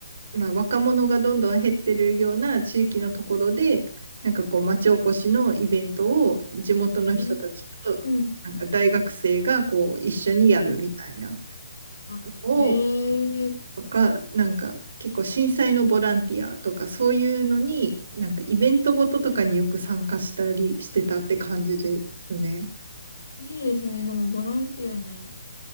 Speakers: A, on the right; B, on the left.
A: まあ、若者がどんどん減ってるような地域のところで、なんかこう、町おこしのイベントを地元の人たちと、
B: はい、うーん、
A: なんか大学生がこう、一緒にやるみたいな。
B: はい。あ、
A: を、
B: へえー、え
A: とか、なんか結構震災のボランティアとかそういうのに、なんかイベントごととかによく参加したりしてたって感じですね。
B: いいですね。でも、ボランティアに